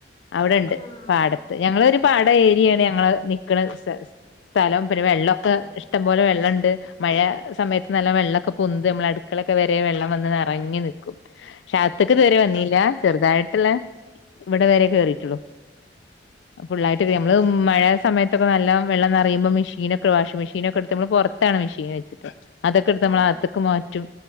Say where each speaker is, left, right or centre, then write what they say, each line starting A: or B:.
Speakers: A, on the left; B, on the left.
A: അവടെണ്ട്
B: ആഹ്
A: പാടത്ത് ഞങ്ങളൊര് പാട ഏരിയാണ് ഞങ്ങള് നിക്കണ സല് സ് ഥലം പിന്നെ വെള്ളൊക്കെ
B: ഓഹ്
A: ഇഷ്ടംപോലെ വെള്ളണ്ട് മഴ സമയത്ത് നല്ല വെള്ളൊക്കെ പൊന്ത് നമ്മളെ അടുക്കളൊക്കെ വരെ വെള്ളം വന്ന് നെറങ്ങി നിക്കും പക്ഷേ അവുത്ത്ക്ക് ഇതുവരെ വന്നില്ല ചെറുതായിട്ടുള്ള ഇവടെ വരെ കേറിയിട്ടുള്ളു ഫുള്ളായിട്ട്ട്ടെ നമ്മള് മഴ സമയത്തൊക്കെ നല്ലോം വെള്ളം നറയുമ്പം മെഷീനൊ ക്കെ വാഷി മെഷീക്കെടുത്ത് ഞമ്മള് പൊറ്ത്താണ് മെഷീൻ വെച്ചിട്ട്ള്ളെ അതൊക്കെട്ത്ത് ഞമ്മളാ
B: ആഹ്
A: അകത്ത്ക്കും മാ റ്റും